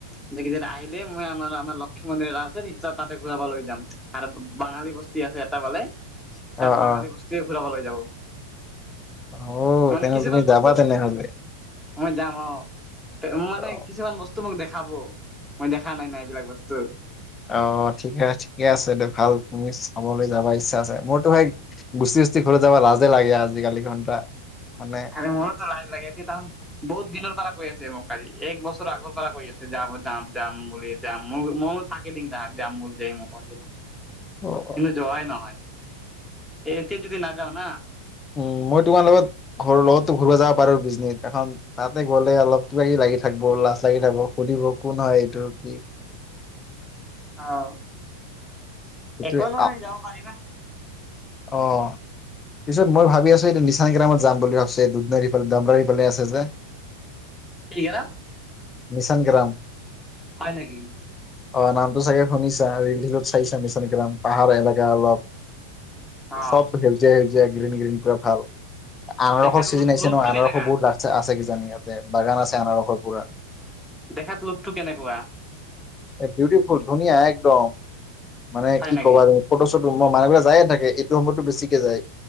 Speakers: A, in the centre; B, on the left.
A: যে কিতা আহিলে মই আমাৰ আমাৰ লক্ষী মন্দিৰ এটা আছে তেতিয়া তাতে ঘূৰাব লৈ যাম। আৰু বাঙালী বস্তি আছে এটা পালে, তাত
B: অ
A: বাঙালী
B: অ
A: বস্তুৱে ঘূৰাবলৈ যাব।
B: অও
A: মানে
B: তেনেহ'লে
A: কিছুমান
B: তুমি যাবা
A: বস্তু
B: তেনেহলে।
A: মই যাম অ, মানে
B: অ
A: কিছুমান বস্তু মোক দেখ খাব, মই দেখা নাই না এইবিলাক বস্তু।
B: অ ঠিকে ঠিকে আছে দে ভাল তুমি চাবলৈ যাবা ইচ্ছা আছে, মোৰতো ভাই গুচি চুতী ঘৰত যাবা লাজে লাগে আজিকালি ঘণ্টা মানে
A: মোৰটো লাজ লাগে এটি তান বহুত দিনৰ পৰা কৈ আছে মোক কালি এক বছৰ আগৰ পৰা কৈ আছে যাম যাম যাম বুলি। যাম ম মইয়ো থাকে দিম তাক যাম বোৰ যাই মোৰ পঢ়িলা।
B: অ অহ।
A: যোৱাই নহয়, এটি যদি নাযাওঁ না
B: উম্, মই তোমাৰ লগত ঘৰৰ লগতো ঘূৰিব যাব পাৰোঁ, বিজনে এখনত। তাতে গ'লে অলপ কিবা-কিবি লাগি থাকিব, লাজ লাগি থাকিব, সুধিব কোন হয় এইটোৰ কি?
A: অ',
B: এইটোৱে
A: একো নহয়,
B: আ
A: যাব পাৰিবা।
B: অ', পিছত মই ভাবি আছোঁ, এইটো নিচানং গে্ৰামত যাম বুলি ভাবি আছোঁ। দুনাৰফে দমদাৰৰিফালে আছে যে।
A: কি গেলাম?
B: মিচাংগেলাম।
A: হয় নেকি?
B: অ', নামটো চাগে শুনিছাঁ! ৰিলিফত চাইছা মিছাংগেৰাম, পাহাৰ এলেকা অলপ।
A: অ।
B: চব সেউজিয়া সেউজীয়াই, গ্ৰীণ গ্ৰীণ, পুৰা ভাল। আনাৰসৰ
A: দেখাত
B: চিজন
A: লোক
B: আহিছে
A: লোকটো
B: নহয়,
A: কেনেকা
B: আনাৰসৰ বহুত লাগি আছে কিজানি ইয়াতে। বাগান আছে আনাৰসৰ পুৰা।
A: দেখাত লোকটো কেনেকুৱা?
B: বিউটিফুল, ধুনীয়া একদম, মানে
A: হয়
B: কি
A: নেকি?
B: কবা। ফটো চটো মই মানুহবিলাক যায়ে থাকে, এইটো সময়তো বেছিকে যায়।